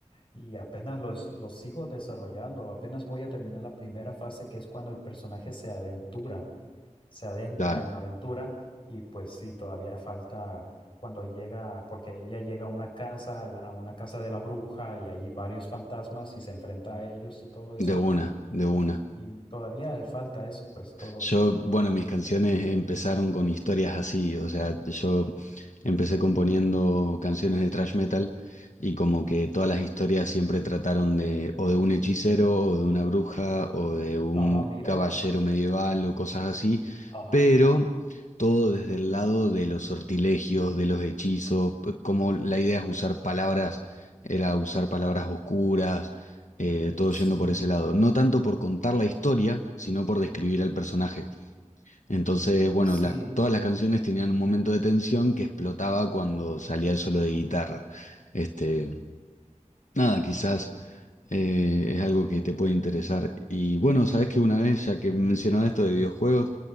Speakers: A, on the left (about 45°); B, on the left (about 80°).
A: y apenas los, lo los sigo desarrollando, apenas voy a terminar la primera fase que es cuando el personaje se aventura, se adentra
B: claro,
A: en la aventura y pues sí, todavía falta... cuando llega, porque ella llega a una casa, a la- a una casa de la bruja y hay varios fantasmas y se enfrenta a ellos y todo eso.
B: de una, de una.
A: Y todavía le falta eso, pues todo.
B: Yo, bueno, mis canciones empezaron con historias así, o sea, yo empecé componiendo canciones de thrash metal y como que todas las historias siempre trataron de o de un hechicero o de una bruja o de un
A: Ah, mira.
B: caballero medieval o cosas así,
A: Ah,
B: pero todo desde el lado de los sortilegios, de los hechizos, p- como la idea es usar palabras, era usar palabras oscuras eh, todo
A: sí,
B: yendo por ese lado. No tanto por contar la historia, sino por describir al personaje. Entonces, bueno,
A: sí,
B: las- todas las canciones tenían un momento de tensión que explotaba cuando salía el solo de guitarra. Este, nada, quizás eh, es algo que te puede interesar. Y bueno, sabes que una vez, ya que mencionaba esto de videojuegos,